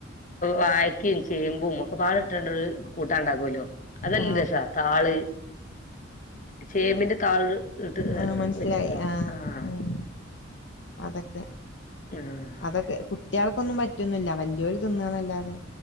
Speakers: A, on the left; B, on the left.
A: വായക്കയും ചേമ്പും ഒക്കെ <unintelligible> കൂട്ടാനുണ്ടാക്കല്ലോ അത് നല്ല
B: ആഹ്
A: രസാ താള് ചേമ്പിന്റെ താള് ഇട്ട്
B: ആഹ മനസ്സിലായി
A: വെച്ചിട്ടോ
B: ആഹ
A: ആഹ്
B: ഉം അതൊക്കെ
A: ആഹ്
B: അതൊക്കെ കുട്ട്യാക്കൊന്നും പറ്റൊന്നുല്ല. വലിയവർ തിന്ന എന്നല്ലാതെ